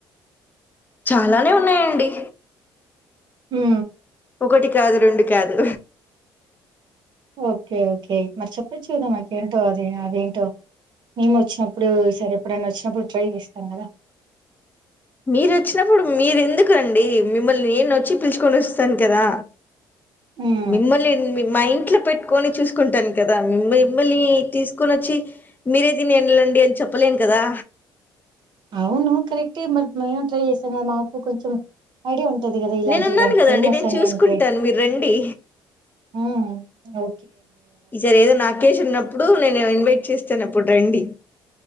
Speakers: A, on the left (about 20°); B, on the right (about 60°).
A: చాలానే ఉన్నాయండి.
B: హ్
A: ఒకటి కాదు రెండు కాదు
B: ఓకే ఓకే మరి చెప్పచ్చు. కదా మాకేంటో అది అదేంటో మేము వోచ్చినప్పుడు సరే ఎప్పుడన్న వోచ్చినప్పుడు ట్రై చేస్తాం. గాదా
A: మీరు వోచ్చినప్పుడు మీరు ఎందుకు అండి. మిమ్మల్ని నేను వోచ్చి పిలుచుకొని వోస్తాను. కదా
B: హ్మ్
A: మిమ్మల్ని మా ఇంట్లో పెట్టి కట్కొని చూసుకుంటాను. కదా మి మిమ్మల్ని తీసుకొని వోచ్చి మీరేది ఏళ్ళండి. అని చెప్పలేను కదా
B: అవును కరెక్ట్ మరీ మేము ట్రై చేసాం. గాదా మాకు కొంచెం ఐడియా ఉంటది. కదా ఇలాంటి
A: నేనున్నాను
B: ఇలాంటి
A: కదండి
B: ఫేమస్
A: నేను
B: అని
A: చూసుకుంటాను
B: అంటే
A: మీరు రండి
B: హ్ ఓ
A: ఈ సారి ఏదో నాకేసి ఉన్నప్పుడు నేను వెయిట్ చేస్తాను అప్పుడు రండి